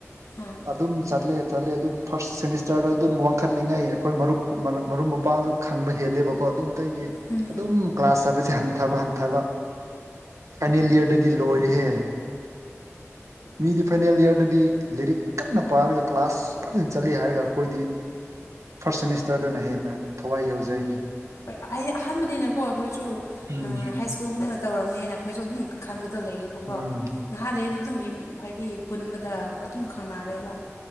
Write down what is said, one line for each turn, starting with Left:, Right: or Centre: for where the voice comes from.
Left: ꯎꯝ
Right: ꯑꯗꯨꯝ ꯆꯠꯂꯦ ꯆꯠꯂꯦ ꯑꯗꯨꯝ ꯐꯥꯔꯁ ꯁꯦꯃꯤꯁꯇꯔꯗ ꯑꯗꯨꯝ ꯋꯥꯡꯈꯠꯂꯤꯉꯩ ꯑꯩꯈꯣꯏ ꯃꯔꯨꯞ ꯃꯔꯨꯞ ꯃꯄꯥꯡꯁꯨ ꯈꯪꯕ ꯍꯦꯜꯂꯦꯕꯀꯣ ꯑꯗꯨꯗꯒꯤ
Left: ꯎꯝ
Right: ꯑꯗꯨꯝ
Left: ꯎꯝ
Right: ꯀ꯭ꯂꯥꯁ ꯆꯠꯄꯁꯦ ꯍꯟꯊꯕ ꯍꯟꯊꯕ ꯐꯥꯏꯅꯦꯜ ꯏꯌꯔꯗꯗꯤ ꯂꯣꯏꯔꯦꯍꯦ ꯃꯤꯗꯤ ꯐꯥꯏꯅꯦꯜ ꯏꯌꯔꯗꯗꯤ ꯂꯤꯔꯤꯛ ꯀꯟꯅ ꯄꯥꯔꯒ ꯀ꯭ꯂꯥꯁ ꯐꯖꯅ ꯆꯠꯂꯤ ꯍꯥꯏꯔꯒ ꯑꯩꯈꯣꯏꯗꯤ ꯐꯥꯔꯁ ꯁꯦꯃꯤꯁꯇꯔꯗꯅ ꯍꯦꯟꯅ ꯊꯋꯥꯏ ꯌꯥꯎꯖꯩꯅꯦ
Left: ꯍꯣꯏ ꯑꯩ ꯑꯍꯥꯟꯕꯅꯤꯅꯀꯣ ꯑꯩꯈꯣꯏꯁꯨ
Right: ꯎꯝ
Left: ꯑ ꯍꯥꯏꯁ ꯁ꯭ꯀꯨꯜꯒꯨꯝꯅ ꯇꯧꯔꯝꯅꯦꯅ ꯑꯩꯈꯣꯏꯁꯨ ꯑꯗꯨꯝ ꯈꯟꯕꯗꯣ ꯂꯩꯌꯦꯕꯀꯣ
Right: ꯎꯝ
Left: ꯉꯥꯏꯍꯥꯛ ꯂꯩꯔꯗꯤ ꯑꯗꯨꯝ ꯌꯨꯝ ꯍꯥꯏꯗꯤ ꯄꯨꯟꯕꯗ ꯑꯗꯨꯝ ꯈꯪꯅꯔꯦꯕ